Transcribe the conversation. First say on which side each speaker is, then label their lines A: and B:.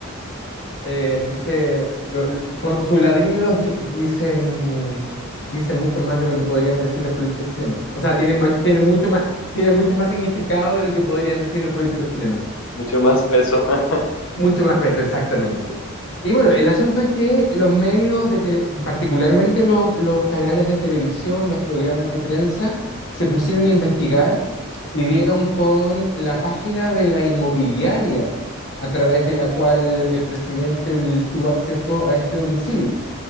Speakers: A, on the left; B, on the left.
A: eh, dice, lo- lo- con sus ladridos di- dicen, dicen mucho más de lo que podrían decir los políticos chilenos. O sea, tienen, ma- tienen mucho más, tienen mucho más significado de lo que podrían decir los políticos chilenos.
B: Mucho más peso. <laughs>
A: Mucho más peso, exactamente. Y bueno, el asunto es que los medios de tele- particularmente los, los canales de televisión, los programas de prensa, se pusieron a investigar y dieron con la página de la inmobiliaria a través de la cual el presidente el- tuvo acceso a este domicilio.